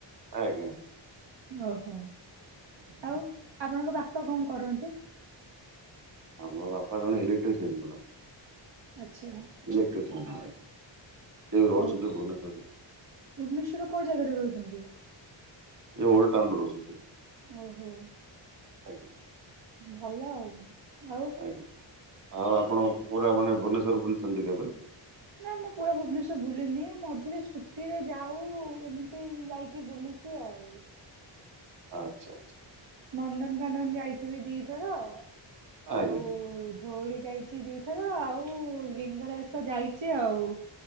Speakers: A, on the right (about 40°); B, on the right (about 70°).
A: ଆଜ୍ଞା।
B: ଓହୋ। ଆଉ ଆପଣଙ୍କ ବାପା କଣ କରନ୍ତି?
A: ଆମ ବାପା ଜଣେ ଇଲେକ୍ଟ୍ରିସିଆନ୍ <unintelligible>
B: ଆଚ୍ଛା।
A: ଇଲେକ୍ଟ୍ରିସିଆନ୍। ସେ ବି ରହୁଛନ୍ତି
B: ଓ
A: ଭୁବନେଶ୍ୱର ରେ।
B: ଭୁବନେଶ୍ଵର କୋଉ ଜାଗାରେ ରହୁଛନ୍ତି?
A: ଯୋଉ ଓଲ୍ଡ ଟାଉନ୍ ରେ ରହୁଛନ୍ତି।
B: ଓ ହୋ।
A: ଆଜ୍ଞା।
B: ଭଲ ଆଉ। ଆଉ
A: ଆଜ୍ଞା ଆଉ ଆପଣ ପୁରା ମାନେ ଭୁବନେଶ୍ୱର ବୁଲିଛନ୍ତି କେବେ?
B: ନା ମୁଁ ପୁରା ଭୁବନେଶ୍ୱର ବୁଲିନି। ମଝିରେ ଛୁଟିରେ ଯାଉ ଏମିତି ଯାଇକି ବୁଲି ଚି ଆଉ।
A: ଆଛା ଆଛା।
B: ନନ୍ଦନକାନନ ଯାଇଥିବି ଦିଥର
A: ଆଜ୍ଞା
B: ଆଉ ଧଉଳି ଯାଇଛି। ଦିଥର ଆଉ ଲିଙ୍ଗରାଜ ତ ଯାଇଛି ଆଉ।